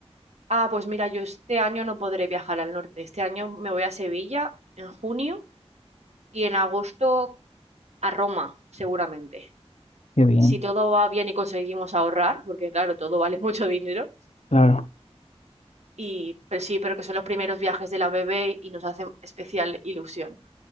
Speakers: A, on the right; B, on the left.
A: Ah, pues mira, yo este año no podré viajar al norte. Este año me voy a Sevilla en junio y en agosto a Roma, seguramente.
B: Qué bien.
A: Si todo va bien y conseguimos ahorrar, porque claro, todo vale <laughs> mucho dinero.
B: Claro,
A: Y, pero sí, pero que son los primeros viajes de la bebé y nos hacen especial ilusión.